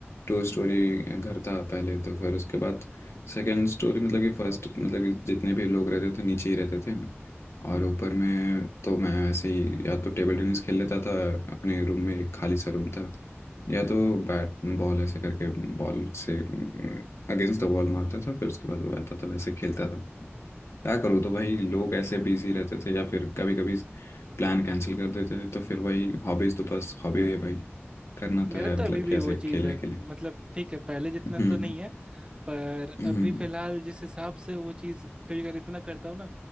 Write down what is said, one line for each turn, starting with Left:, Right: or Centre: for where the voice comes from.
Left: टू स्टोरी घर था पहले तो फिर उसके बाद सेकंड स्टोरी मतलब कि फर्स्ट मतलब कि जितने भी लोग रहते थे नीचे ही रहते थे
Right: हम्म
Left: और ऊपर में तो मैं ऐसे ही या तो टेबल टेनिस खेल लेता था अपने रूम में एक खाली सा रूम था या तो बैट बॉल ऐसे करके बॉल से अगेंस्ट द वॉल मारता था फिर उसके बाद वो आता था वैसे खेलता था क्या करो तो भाई लोग ऐसे बिजी रहते थे या फिर कभी कभी प्लान कैंसिल कर देते थे तो फिर वही हॉबीज तो बस हॉबी है भाई करना तो
Right: मेरा
Left: है
Right: तो
Left: मतलब
Right: अभी भी
Left: कि ऐसे
Right: वो चीज
Left: खेलने
Right: है
Left: के लिए
Right: मतलब ठीक है पहले जितना
Left: हम्म
Right: तो नहीं है पर
Left: हम्म
Right: अभी फिलहाल जिस हिसाब से वो चीज कभी कभी इतना करता हूँ ना